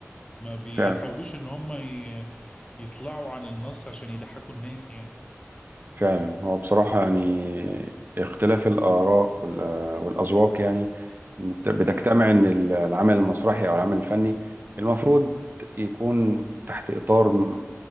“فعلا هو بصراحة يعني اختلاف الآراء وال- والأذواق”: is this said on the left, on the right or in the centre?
Right